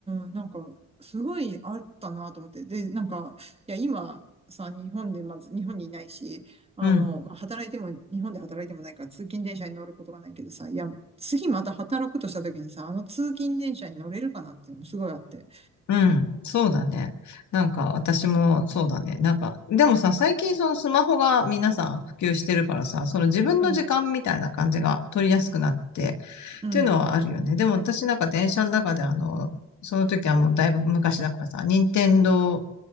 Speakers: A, on the right (about 20°); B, on the left (about 70°).
A: ん、なんか、すごいあったなと思って。で、なんか、いや、今さ、日本で、まず、日本にいないし、あの、
B: うん。
A: まあ、働いても、日本で働いてもないから、通勤電車に乗ることがないけどさ、いや、次また働くとした時にさ、あの通勤電車に乗れるかなっていうのもすごいあって。
B: うん、そうだね。なんか私もそうだね。なんか、でもさ、最近そのスマホが皆さん普及してるからさ、その自分の時間みたいな感じが取りやすくなって、
A: うん、うん、
B: っていうのはあるよね。でも私なんか電車の中であの、その時はもうだいぶ昔だからさ、任天堂、